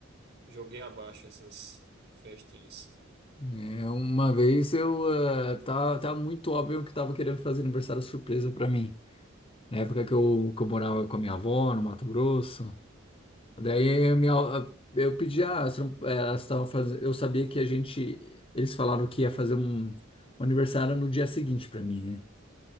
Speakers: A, on the right; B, on the left.
A: joguei abaixo essas festinhas.
B: É, uma vez eu ah, tá, tá muito óbvio que tava querendo fazer aniversário surpresa para mim. Na época que eu, que eu morava com a minha avó no Mato Grosso. Daí a minha, eu pedi, ah, elas tão- elas estavam fazendo. Eu sabia que a gente. Eles falaram que ia fazer um, um aniversário no dia seguinte pra mim, né?